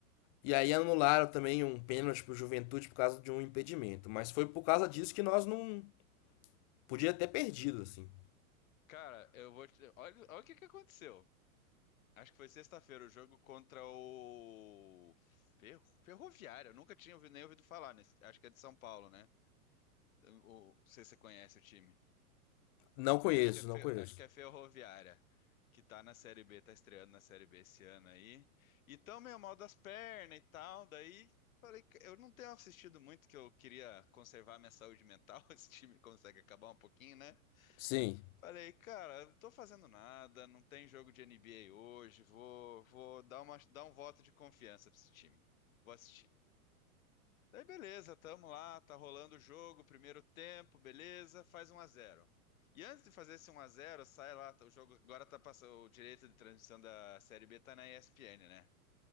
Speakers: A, on the left (about 25°); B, on the left (about 65°).
A: E aí anularam também um pênalti pro Juventude por causa de um impedimento. Mas foi por causa
B: Nossa.
A: disso que nós não. Podia ter perdido, assim.
B: Cara, eu vou te... Olha, olha o que que aconteceu. Acho que foi sexta-feira o jogo contra o Ferro... Ferroviário. Eu nunca tinha ouvido, nem ouvido falar, nesse... acho que é de São Paulo, né? O... o- Não sei se você conhece o time.
A: Não conheço,
B: Acho que é, Fe-
A: não conheço.
B: acho que é Ferroviária, que tá na Série B, tá estreando na Série B esse ano aí. E tão meio mal das pernas e tal, daí falei que eu não tenho assistido muito, que eu queria conservar minha saúde mental, <laughs> esse time consegue acabar um pouquinho, né?
A: Sim.
B: Falei, cara, eu tô fazendo nada, não tem jogo de NBA hoje, vou, vou dar uma, dar um voto de confiança pra esse time. Vou assistir. Daí beleza, tamo lá, tá rolando o jogo, primeiro tempo, beleza, faz um a zero. E antes de fazer esse um a zero, sai lá, tá- o jogo agora tá passando, o direito de transmissão da Série B tá na ESPN, né?